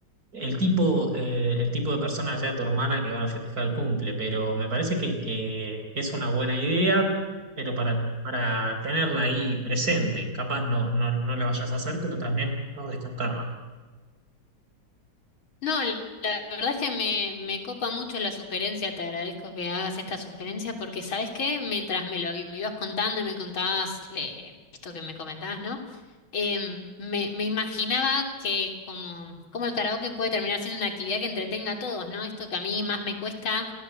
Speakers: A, on the right (about 45°); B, on the left (about 85°).
A: El tipo, eh, el tipo de persona que sea tu hermana que va a festejar el cumple, pero me parece que, que es una buena idea, pero para, para tenerla ahí presente, capaz no, no, no la vayas a hacer, pero también no descartarla.
B: No, la la verdad es que me, me copa mucho la sugerencia, te agradezco que hagas esta sugerencia porque, ¿sabes qué? Mientras me lo i- me ibas contando y me contabas le- esto que me comentabas, ¿no? Em, me, me imaginaba que como, como el karaoke puede terminar siendo una actividad que entretenga a todos, ¿no? Esto que a mí más me cuesta